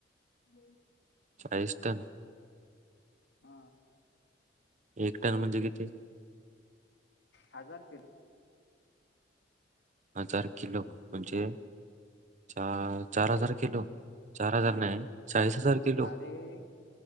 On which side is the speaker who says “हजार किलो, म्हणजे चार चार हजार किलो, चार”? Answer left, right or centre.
Right